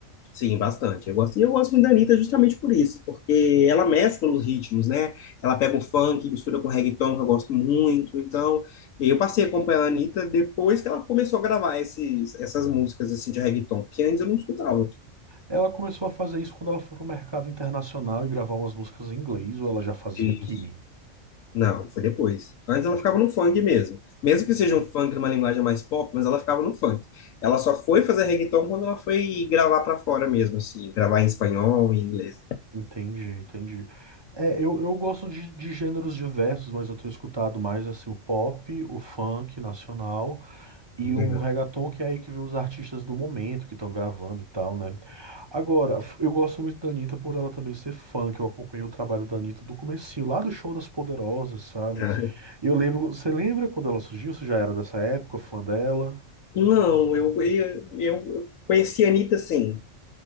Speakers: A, on the left; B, on the right.
A: sim, bastante. Eu gosto, e eu gosto muito da Anitta justamente por isso, porque ela mescla os ritmos, né? Ela pega o funk, mistura com reggaeton, que eu gosto muito. Então, eu passei a acompanhar a Anitta depois que ela começou a gravar esses, essas músicas assim de reggaeton, porque antes eu não escutava
B: Ela começou a fazer isso quando ela foi pro mercado internacional e gravar umas músicas em inglês, ou ela já fazia
A: isso.
B: aqui?
A: Não, foi depois. Antes
B: Entendi,
A: ela ficava no funk mesmo. Mesmo que
B: entendi.
A: seja um funk numa linguagem mais pop, mas ela ficava no funk. Ela só foi fazer reggaeton quando ela foi gravar pra fora mesmo, assim, gravar em espanhol, em inglês.
B: Entendi, entendi. É, eu, eu gosto de, de gêneros diversos, mas eu tenho escutado mais assim o pop, o funk nacional e
A: Legal.
B: o reggaeton, que é aí que vem os artistas do momento que estão gravando e tal, né? Agora, f- eu gosto muito da Anitta por ela também ser funk. Eu acompanhei o trabalho da Anitta do comecinho, lá do Show das Poderosas, sabe?
A: <laughs>
B: Eu lembro, você lembra quando ela surgiu? Você já era dessa época, fã dela?
A: Não, eu, eu, eu conheci a Anitta, sim.